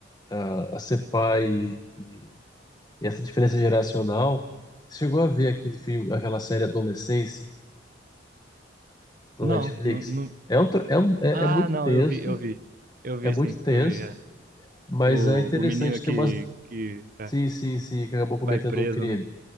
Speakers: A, on the left (about 20°); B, on the right (about 50°).
A: a, a ser pai e, e essa diferença geracional, chegou a ver aquele filme, aquela série Adolescência, da
B: Não,
A: Netflix.
B: não, não-
A: É, um, tro- é, um- é
B: Ah,
A: é muito
B: não,
A: tenso,
B: eu vi, eu vi. Eu vi
A: é muito
B: sim,
A: tenso,
B: eu vi. é.
A: mas
B: O,
A: é interessante
B: o menino que,
A: ter umas
B: que
A: Sim,
B: é,
A: sim, sim, que acabou cometendo
B: vai preso,
A: um crime.
B: né?